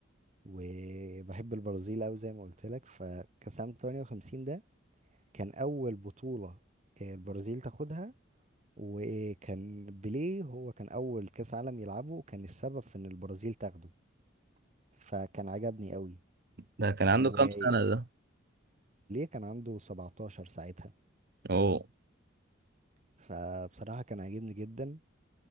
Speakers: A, on the right; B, on the right.
A: وبحب البرازيل أوي زي ما قلت لك فكأس عام 58 ده كان أول بطولة آه، البرازيل تاخدها وكان بيليه هو كان أول كأس عالم يلعبه وكان السبب في إن البرازيل تاخده فكان عجبني أوي
B: ده كان عنده
A: وبيليه
B: كام سنه ده
A: كان عنده 17 ساعتها
B: اوه
A: فبصراحة كان عاجبني جدا